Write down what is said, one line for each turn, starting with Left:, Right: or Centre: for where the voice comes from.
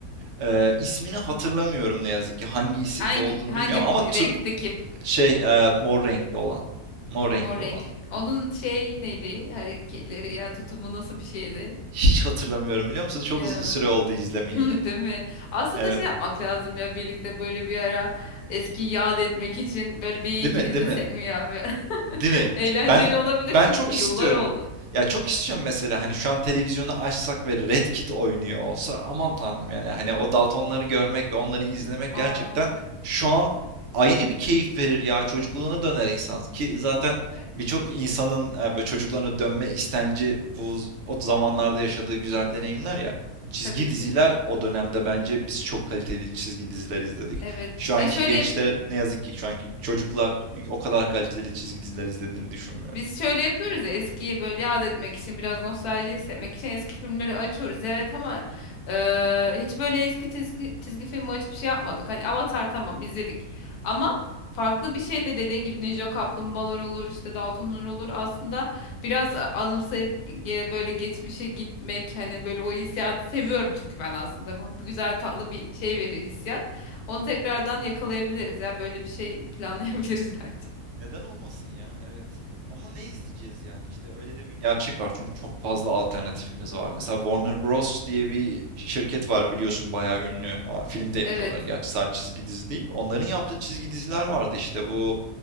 Right: E, ismini hatırlamıyorum ne yazık ki. Hangi isimde
Left: Hangi
Right: olduğunu bilmiyorum
Left: hangi
Right: ama
Left: b-
Right: tu-
Left: renkteki
Right: şey e, mor renkli olan. Mor renkli
Left: Mor renkli.
Right: olan.
Left: Onun şey neydi? Hareketleri ya tutumu nasıl bir şeydi?
Right: Hiç hatırlamıyorum biliyor musun? Çok
Left: Ya.
Right: uzun süre oldu izlemeyeli.
Left: <laughs> Değil mi? Aslında
Right: Evet.
Left: şey yapmak lazım ya birlikte böyle bir ara eski yad etmek için böyle bir
Right: Değil
Left: iki
Right: mi?
Left: izlesek
Right: Değil mi?
Left: mi ya bir ara?
Right: Değil
Left: <laughs>
Right: mi?
Left: Eğlenceli
Right: Ben
Left: olabilir
Right: ben
Left: çünkü
Right: çok istiyorum.
Left: yıllar oldu.
Right: Ya çok istiyorum mesela hani şu an televizyonu açsak ve Red Kit oynuyor olsa aman tanrım yani hani o Daltonları görmek ve onları izlemek
Left: Aa,
Right: gerçekten şu an ayrı bir keyif verir ya çocukluğuna döner insan ki zaten
Left: e,
Right: birçok insanın e, böyle çocukluğuna dönme istenci bu o zamanlarda yaşadığı güzel deneyimler ya çizgi
Left: tabii
Right: diziler
Left: ki.
Right: o dönemde bence biz çok kaliteli çizgi diziler izledik.
Left: Evet.
Right: Şu
Left: Ha
Right: anki
Left: şöyle
Right: gençler
Left: yap.
Right: ne yazık ki şu anki çocuklar o kadar kaliteli çizgi diziler izlediğini düşünmüyorum.
Left: Biz şöyle yapıyoruz ya eskiyi böyle yad etmek için biraz nostalji hissetmek için eski filmleri açıyoruz evet ama e, hiç böyle eski çizgi, çizgi filmi açıp şey yapmadık. Hani Avatar tamam izledik ama farklı bir şey de dediğin gibi Ninja Kaplumbağalar olur işte Daltonlar olur aslında biraz anımsayıp ge- böyle geçmişe gitmek hani böyle o hissiyatı seviyorum çünkü ben aslında Bu güzel tatlı bir şey veriyor hissiyat onu tekrardan yakalayabiliriz ya böyle bir şey planlayabiliriz <laughs> bence.
Right: Neden olmasın ya? Evet. Ama ne izleyeceğiz yani işte öyle de bir gerçek var. Çünkü çok fazla alternatifimiz var. Mesela Warner Bros. diye bir şirket var biliyorsun bayağı ünlü. Aa, Film de yapıyorlar
Left: Evet.
Right: gerçi sadece çizgi dizi değil. Onların yaptığı çizgi diziler vardı işte bu